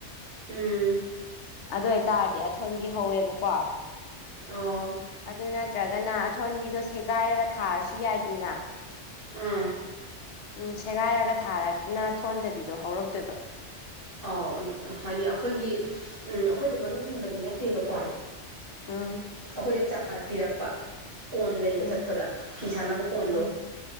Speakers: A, on the right (about 45°); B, on the left (about 70°).
A: ꯎꯝ
B: ꯑꯗꯨ ꯑꯣꯏꯇꯥꯔꯗꯤ ꯑꯊꯣꯟꯕꯤꯍꯧꯋꯦꯕꯀꯣ
A: ꯑꯣ
B: ꯑꯗꯨ ꯅꯠꯇ꯭ꯔꯒꯅ ꯑꯊꯣꯟꯕꯤꯗꯣ ꯁꯦꯒꯥꯏꯔꯒ ꯊꯥꯔꯁꯨ ꯌꯥꯏꯗꯅ
A: ꯎꯝ
B: ꯎꯝ ꯁꯦꯒꯥꯏꯔꯒ ꯊꯥꯔꯒꯅ ꯊꯣꯟꯗꯕꯤꯗꯣ ꯍꯧꯔꯛꯇꯣꯏꯕ
A: ꯑꯥꯎ ꯍꯥꯏꯗꯤ ꯑꯩꯈꯣꯏꯒꯤ ꯎꯝ ꯑꯩꯈꯣꯏꯗ ꯃꯔꯨ ꯍꯨꯟꯕꯗꯤ ꯅꯠꯇꯦꯕꯀꯣ
B: ꯎꯝ
A: ꯑꯩꯈꯣꯏꯗ ꯆꯥꯔ ꯄꯤꯔꯛꯄ ꯀꯣꯟ ꯂꯩꯕ
B: ꯎꯝ
A: ꯆꯠꯄꯗ ꯐꯤ ꯁꯥꯥꯅꯕ ꯀꯣꯟꯗꯣ
B: ꯎꯝ